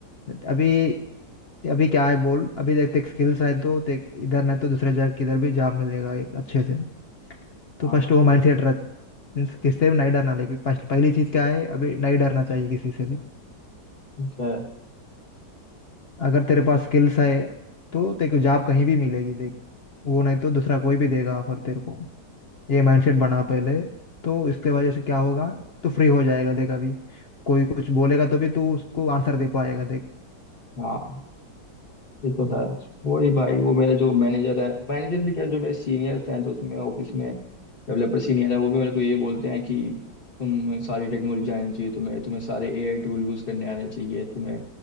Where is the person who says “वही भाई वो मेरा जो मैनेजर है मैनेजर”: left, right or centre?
Left